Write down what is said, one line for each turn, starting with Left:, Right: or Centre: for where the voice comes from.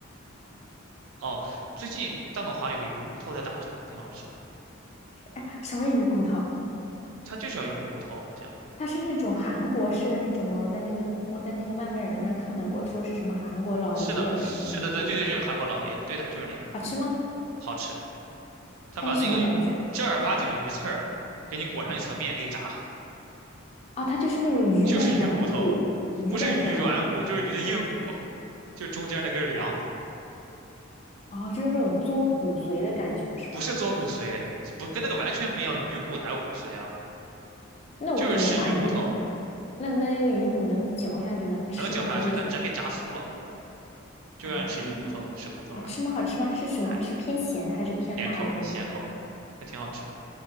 Right: 哦，最近大董华有个鱼骨头在打折，还挺好吃的。
Left: 哎，什么鱼骨头？
Right: 它就叫鱼骨头，好像
Left: 它是那种韩国式的那种吗？我在那个我在那个外卖软件上看到过，说是什么韩国老爷爷的什么鱼骨头，
Right: 是的，是的，对对对，就是韩国老爷爷，对的，就是那个，
Left: 好吃吗？
Right: 好吃。他把那个
Left: 它是什么感觉？
Right: 正儿八经的鱼刺儿给你裹上一层面给你炸，
Left: 啊，它就是那种鱼的软骨，
Right: 就是鱼骨头，
Left: 鱼的软骨，
Right: 不是鱼软骨，就是鱼的硬骨，就是中间那根梁，
Left: 哦，就是那种嘬骨髓的感觉，是吧？
Right: 不是做骨髓，这不跟那个完全不一样。鱼骨哪有骨髓啊？
Left: 那我只能把鱼骨，
Right: 就是吃鱼骨头，
Left: 那那个鱼骨能嚼下去能吃吗？
Right: 能嚼下去，
Left: 还是说就是
Right: 它直接炸酥了，就让你吃鱼骨头，
Left: 哦，
Right: 吃骨头而已，
Left: 好吃吗？好吃吗？是什么？
Right: 还
Left: 是偏咸的还是偏辣的还是什么？
Right: 咸口的，咸口的，还挺好吃的。